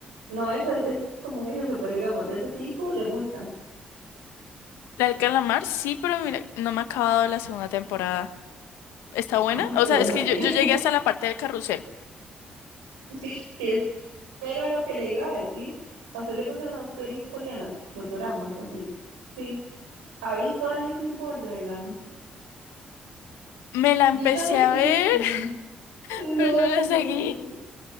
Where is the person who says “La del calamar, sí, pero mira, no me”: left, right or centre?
Left